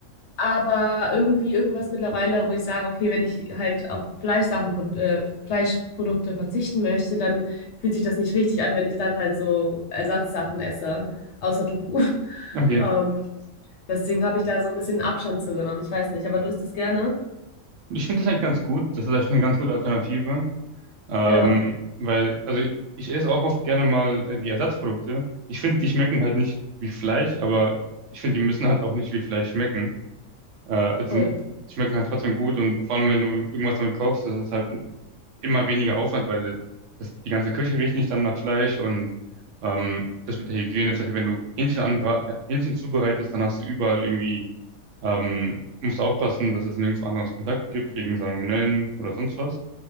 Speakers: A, on the left; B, on the right.
A: Aber irgendwie irgendwas mittlerweile, wo ich sage, okay, wenn ich halt auf Fleischsachen, äh, Fleischprodukte verzichten möchte, dann fühlt sich das nicht richtig an, wenn ich dann halt so Ersatzsachen esse, außer Tofu. <laughs>
B: Okay.
A: Ähm, deswegen habe ich da so ein bisschen Abstand zu genommen. Ich weiß nicht, aber du isst das gerne?
B: Ich finde das eigentlich ganz gut. Das ist eigentlich eine ganz gute Alternative. Ähm,
A: Ja,
B: weil, also ich, ich esse auch oft gerne mal äh, die Ersatzprodukte. Ich finde, die schmecken halt nicht wie Fleisch, aber ich finde, die müssen halt auch nicht wie Fleisch schmecken. Äh, sind,
A: voll.
B: schmecken halt trotzdem gut und vor allem, wenn du irgendwas damit kochst, das ist es halt immer weniger Aufwand, weil das, die ganze Küche riecht nicht dann nach Fleisch und ähm, das mit der Hygiene, zum Beispiel, wenn du Hähnchen anbra äh, Hähnchen zubereitest, dann hast du überall irgendwie, ähm, musst du aufpassen, dass es nirgendwo anderes Kontakt gibt, wegen Salmonellen oder sonst was.